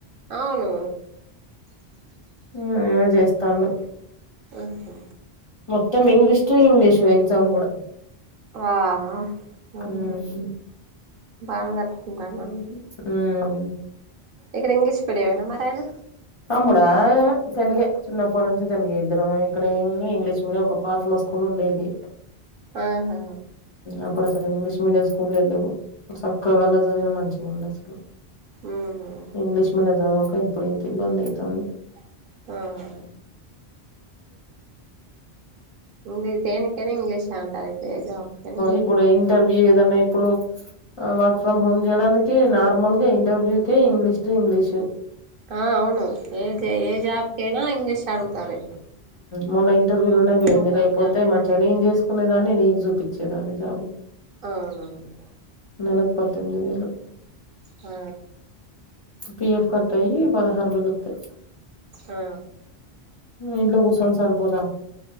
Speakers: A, on the right; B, on the left.
A: అవును
B: ఉమ్ యేవో చేస్తాన్డు
A: ఊహు
B: మొత్తం ఇంగ్లీష్ టు ఇంగ్లీషు ఎగ్జామ్ కూడ
A: ఆఅ ఊహు
B: హ్మ్.
A: బానే తట్టుకుంటాడు నన్
B: ఉమ్
A: ఇక్కడ ఇంగ్లీష్ మీడియమేన మరాయన
B: తమ్ముడే తెల్గే చిన్నప్పటి నుంచి తెలుగే ఇద్దరం ఇక్కడ ఏమో ఇంగ్లీష్ మీడియం ఒక ఫార్మ స్కూల్ ఉండేది
A: ఆహా
B: అప్పుడు అసలు ఇంగ్లీష్ మీడియం స్కూల్ వెళ్ళవు చక్కగ అల్ల చదినా మంచిగా ఉంది అసలు
A: ఉమ్
B: ఇంగ్లీష్ మీడియం చదవక ఇప్పుడు ఇంత ఇబ్బంది అయితంది
A: ఆ ఇంక దేనికైన ఇంగ్లీష్యె అంటారు ఇప్పుడు ఏ జాబ్కైనా ఇంగ్లీష్
B: ఇప్పుడు ఇంటర్వ్యూ ఏదన్న ఇప్పుడు వర్క్ ఫ్రమ్ హోమ్ యడానికి నార్మల్గా ఇంటర్వ్యూకే ఇంగ్లీష్ టు ఇంగ్లీషు
A: ఆ అవును ఏ ఏజాబ్ కన్న ఇంగ్లీష్ ఆడుగుతారు
B: మొన్న ఇంటర్వ్యూ లోనే పోయింది
A: ఫ్రమ్ హోమ్
B: లేకపోతే
A: జాబ్ అయినా
B: మంచిగానే
A: ఏ జాబ్
B: ఏం చేసు ఉన్నాయ్ గాని నీకు చూపించేదాన్ని జాబ్
A: అవునవును
B: నెలకి పద్దెనిమిది వేలు
A: ఆ
B: పిఎఫ్ కట్ అయ్యి పదహారు వేలు వస్తాయ్
A: ఆ
B: ఇంట్లో కూసోన్ సరిపోదా